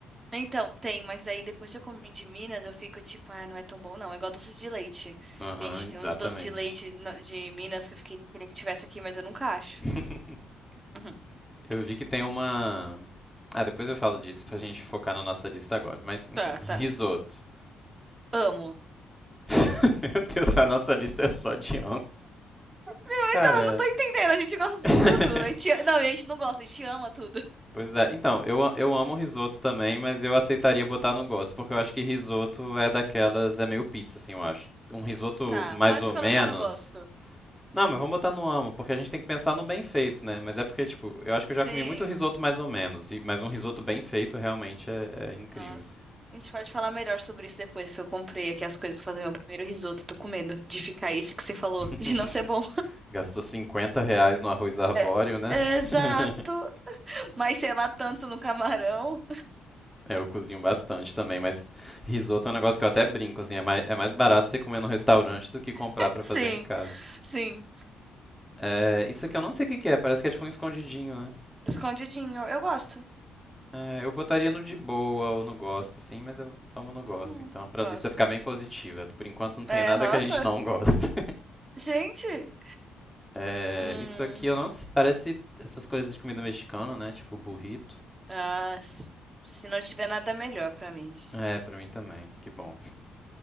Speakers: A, on the right; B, in the centre.
A: Então, tem, mas aí depois que eu comi de Minas, eu fico tipo, ah, não é tão bom, não. É igual doce de leite.
B: Aham,
A: Gente,
B: exatamente.
A: tem um de doce de leite no- de Minas que eu fiquei, queria que tivesse aqui, mas eu nunca acho.
B: <laughs>
A: Uhum.
B: Eu vi que tem uma. Ah, depois eu falo disso pra gente focar na nossa lista agora. Mas, enfim,
A: Tá,
B: risoto.
A: tá. Amo.
B: <laughs> Meu Deus, a nossa lista é só de amo.
A: Ah,
B: Cara.
A: Então, eu não tô entendendo. A gente gosta de
B: <laughs>
A: tudo. A gente, não, a gente não gosta, a gente ama tudo.
B: Pois é. Então, eu, a- eu amo risoto também, mas eu aceitaria botar no gosto, porque eu acho que risoto é daquelas. É meio pizza, assim, eu acho. Um risoto
A: Tá,
B: mais
A: pode
B: ou
A: colocar
B: menos.
A: no gosto.
B: Não, mas vamos botar no amo, porque a gente tem que pensar no bem feito, né? Mas é porque, tipo, eu acho que
A: Sim.
B: eu já comi muito risoto mais ou menos, e- mas um risoto bem feito realmente é é incrível.
A: Nossa. A gente pode falar melhor sobre isso depois, que eu comprei aqui as coisas pra fazer meu primeiro risoto. Tô com medo de ficar esse que você falou,
B: <laughs>
A: de não ser bom.
B: Gastou 50 reais no arroz arbóreo,
A: <laughs>
B: né?
A: Exato.
B: <laughs>
A: Mas sei lá tanto no camarão.
B: É, eu cozinho bastante também, mas risoto é um negócio que eu até brinco, assim, é mais, é mais barato você comer no restaurante do que comprar
A: <laughs>
B: pra
A: Sim,
B: fazer em casa.
A: sim.
B: É, isso aqui eu não sei o que que é, parece que é tipo um escondidinho, né?
A: Escondidinho. Eu gosto.
B: É, eu botaria no de boa ou no gosto, assim, mas eu, vamos no gosto,
A: Hum,
B: então, pra
A: gosto.
B: lista ficar bem positiva. Por enquanto não tem
A: É,
B: nada
A: nossa.
B: que a gente não <laughs> gosta.
A: Gente.
B: É,
A: Hum.
B: isso aqui eu não, s- parece essas coisas de comida mexicana, né? Tipo burrito.
A: Ah, s- se não tiver nada melhor pra mim.
B: É, pra mim também, que bom.